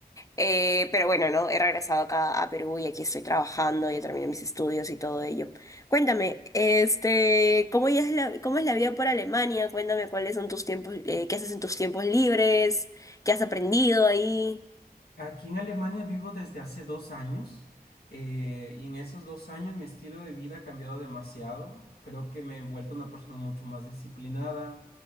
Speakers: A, on the left (about 20°); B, on the left (about 75°).
A: Eh, pero bueno, ¿no? He regresado acá a Perú y aquí estoy trabajando, ya terminé mis estudios y todo ello. Cuéntame, este, ¿cómo ya es la, cómo es la vida por Alemania? Cuéntame cuáles son tus tiempos, eh, qué haces en tus tiempos libres, qué has aprendido ahí.
B: Aquí en Alemania vivo desde hace dos años eh, y en esos dos años mi estilo de vida ha cambiado demasiado. Creo que me he vuelto una persona mucho más disciplinada,